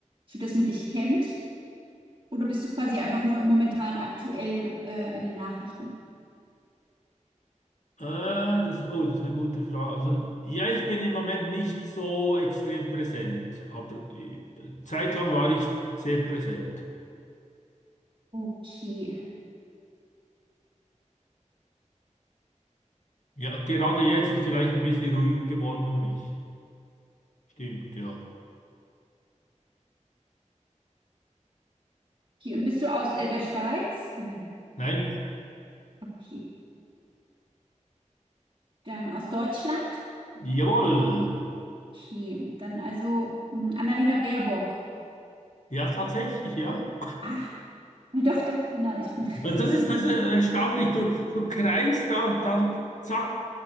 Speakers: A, on the right (about 40°); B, on the left (about 70°).
A: für das man dich kennt. Oder bist du quasi einfach nur im momentan aktuell äh, in den Nachrichten?
B: Äh, das, oh, das ist eine gute Frage. Also, ja, ich bin im Moment nicht so extrem präsent, aber äh, zeitlang war ich sehr präsent.
A: Okay.
B: Ja, gerade jetzt ist vielleicht ein bisschen ruhiger geworden um mich. Stimmt, ja.
A: Okay. Und bist du aus äh, der Schweiz? Nein.
B: Nein,
A: Okay. Dann aus Deutschland?
B: jawohl.
A: Okay. Dann also mh, Annalena Baerbock.
B: Ja, tatsächlich, ja.
A: Ah, <laughs> doch, doch, genau. Ich bin. <laughs>
B: Also das ist, das ist erstaunlich. Du, du kreist da und dann zack,